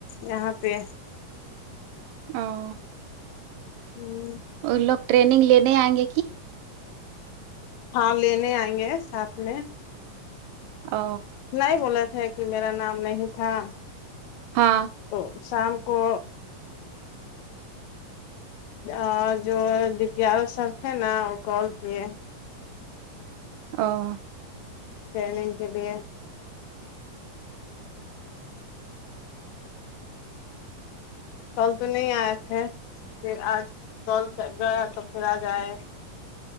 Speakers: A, on the left (about 80°); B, on the right (about 80°).
A: یہاں پہ
B: امم
A: ہوں
B: ان لوگ ٹریننگ لینے آئیں گے کہ
A: ہاں لینے آئیں گے ساتھ میں
B: ا
A: نہیں بولے تھے کہ میرا نام نہیں تھا
B: ہاں
A: تو شام کو اور جو D P R O sir تھے نا وہ کال کے
B: ہاں
A: کے لیے کال تو نہیں آئے تھے پھر آج کال گیا تو پھر آج آئے